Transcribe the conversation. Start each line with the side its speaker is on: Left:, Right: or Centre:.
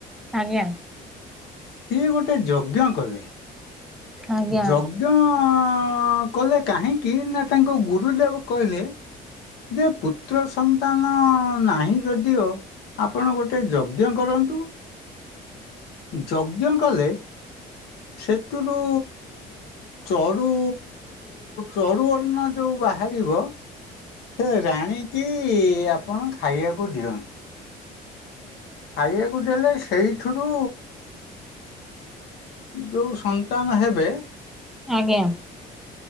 Centre: ଆଜ୍ଞା।
Left: ସିଏ ଗୋଟେ ଯଜ୍ଞ କଲେ।
Centre: ଆଜ୍ଞା
Left: ଯଜ୍ଞ ଅ ଅ ଅ କଲେ କାହିଁକି ନା ତାଙ୍କୁ ଗୁରୁଦେବ କହିଲେ ଯେ ପୁତ୍ର ସନ୍ତାନ ନାହିଁ ଯଦିଓ ଆପଣ ଗୋଟେ ଯଜ୍ଞ କରନ୍ତୁ ଯଜ୍ଞ କଲେ। ସେଥିରୁ ଚରୁ ଚରୁୁ ଅନ୍ନ ଯୋଉ ବାହାରିବ। ହେ ରାଣୀ କିି ଆପଣ ଖାଇବାକୁ ଦିଅନ୍ତୁ। ଖାଇବାକୁ ଦେଲେ ସେଇଥିରୁ ଯୋଉ ସନ୍ତାନ ହେବେ
Centre: ଆଜ୍ଞା।